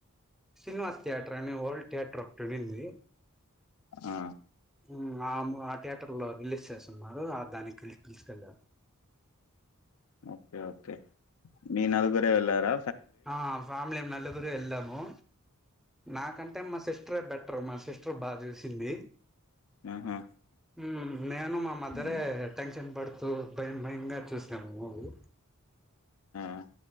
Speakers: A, in the centre; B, on the left.
A: శ్రీనివాస్ థియేటర్ అండి ఓల్డ్ థియేటర్ అదేంది
B: ఆ
A: మ్మ్ ఆ ము ఆ థియేటర్ లో రిలీజ్ చేస్తున్నారు ఆ దానికి పిల్స్ పిలుచుకెళ్లారు
B: ఓకే ఓకే మీ నలుగురే వెళ్ళరా
A: ఆ ఫ్యామిలీ నలుగురు వెళ్ళాము నాకంటే మా సిస్టరె బెట్ టర్ మా సిస్టర్ బా చూసింది
B: ఆహా
A: మ్మ్ నేను మా మధరే
B: ఉమ్,
A: టెన్షన్ పడు తు భయం భయంగా చూస్ సాము మూవీ
B: ఆ